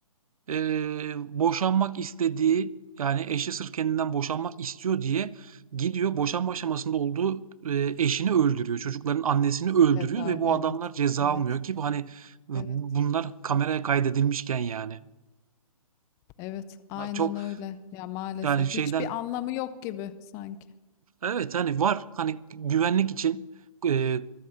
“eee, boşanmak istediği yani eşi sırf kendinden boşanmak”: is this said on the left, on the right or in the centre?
Right